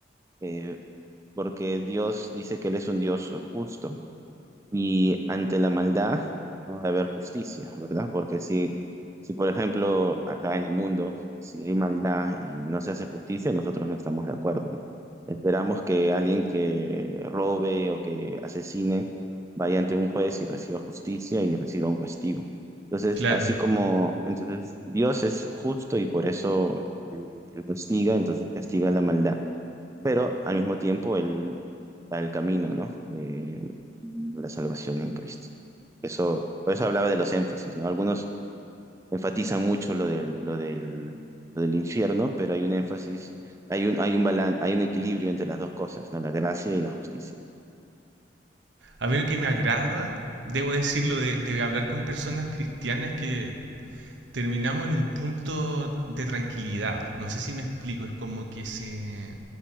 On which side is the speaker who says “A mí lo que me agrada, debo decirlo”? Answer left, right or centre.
Right